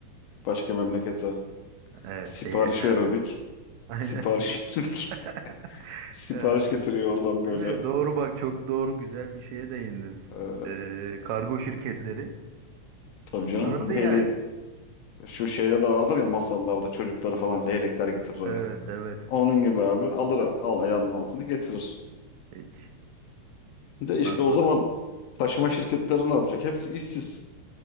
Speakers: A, on the left (about 75°); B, on the right (about 85°).
A: başka memlekete.
B: Evet,
A: Sipariş
B: değnekler
A: verirdik.
B: mesela. Aynen.
A: Sipariş <laughs>
B: <laughs>
A: sipariş
B: Ee,
A: getiriyor oradan böyle.
B: Değil mi? Doğru bak çok doğru güzel bir şeye değindin.
A: Ee,
B: Ee, kargo şirketleri
A: tabii
B: kullanırdı
A: canım. Leyle
B: yani.
A: şu şeyde de vardır ya masallarda çocukları falan leylekler getirir
B: Evet
A: hani.
B: evet. evet.
A: Onun gibi abi alır al ayağının altını getirir.
B: Hiç.
A: De
B: Bundan
A: işte
B: sonra
A: o zaman taşıma şirketleri ne yapacak? Hepsi işsiz.